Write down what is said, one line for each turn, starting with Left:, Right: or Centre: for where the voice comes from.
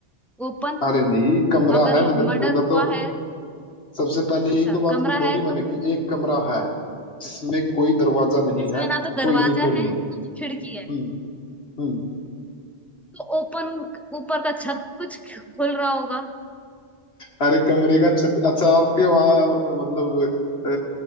Centre: ओपन
Left: अरे नहीं कमरा
Centre: अगर
Left: है मैंने तो
Centre: मर्डर
Left: बोला
Centre: हुआ
Left: तो
Centre: है
Left: सबसे पहले
Centre: अच्छा
Left: यही तो बात
Centre: कमरा
Left: की बोली
Centre: है
Left: मैंने
Centre: तो
Left: कि एक कमरा है जिसमें कोई दरवाजा नहीं
Centre: जिसमें
Left: है
Centre: ना तो दरवाजा
Left: कोई विंडो नहीं
Centre: है
Left: है
Centre: ना तो खिड़की है
Left: हम्म हम्म
Centre: तो ओपन ऊपर का छत कुछ खुल रहा होगा
Left: अरे कमरे का छत अच्छा आपके वहाँ अ, मतलब अ,